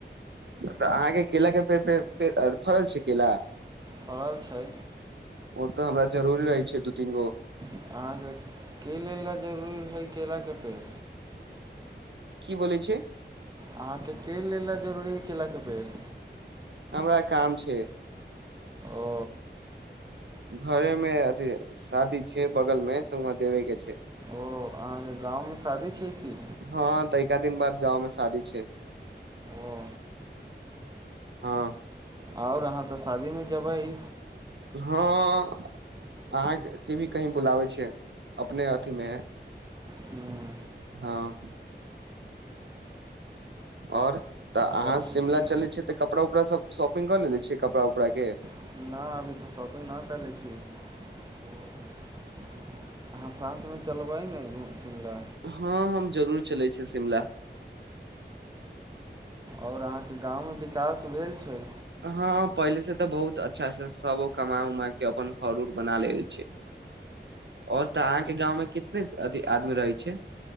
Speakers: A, on the right; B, on the right.
A: तऽ अहाँके केलाक के पेड़ फरल छै केला
B: फड़ल छै
A: ओ तऽ हमरा जरूरी रहै छै दू तीन गो
B: अहाँके के लेल लए जरूरी हइ केलाके पेड़
A: की ब छै
B: अहाँके केेल लेल ल जरूरी है केलाके बेर
A: हमरा काम छै
B: ओ
A: घरे मे अथी शादी छै बगल मे तऽ वहं देबे के छै
B: ओ अहाँके गाँवमे शादी छै की
A: हँ तऽ एका दिन बाद गाँवमे शादी छै
B: ओ
A: हँ
B: आओउ, अहाँ तऽ शादीमे जबैइ।
A: हँ अहाँके के भी कही बुलाबै छै अपने अ तिमे
B: हूँ,
A: हँ और तऽ अहाँ
B: तब
A: शिमला
B: नहि
A: चले छियै त कपड़ा उपड़ा सब शॉपिंग क लेले छैये कपड़ा उपड़ा के
B: <unintelligible> अहाँ साथ मे चलबै <unintelligible>
A: हँ हम जरूर चलै छी शिमला।
B: अहाँके गांव मे विकास भेल छैय।
A: हँ पहिले सँ तऽ बहुत अच्छा सँ सब कमा उमा कऽ अपन घर उर बना लेने छै आओर तऽ अहाँक गाम मे कतेक आदमी रहै छै